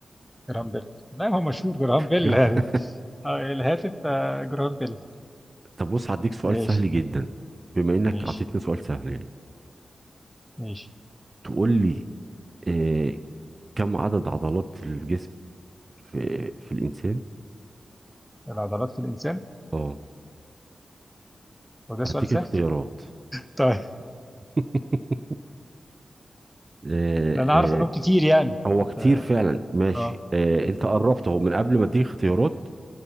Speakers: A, in the centre; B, on the right (about 35°).
A: جراهام بيل لا هو مشهور جراهام بيل
B: <laughs> جورهام-
A: يعني آه الهاتف آه جراهام بيل
B: طب بص هديك سؤال
A: ماشي
B: سهل جدا بما انك
A: ماشي
B: عطيتني سؤال سهل يعني
A: ماشي
B: تقول لي آه كم عدد عضلات الجسم في في الانسان
A: العضلات في الانسان
B: اه
A: وده
B: هديك
A: سؤال سهل
B: اختيارات
A: طيب
B: <laughs> آه
A: ده انا عارف انهم
B: آه
A: كتير يعني
B: هو
A: انت
B: كتير فعلا ماشي
A: اه
B: آه انت قربت اهو من قبل ما اديك اختيارات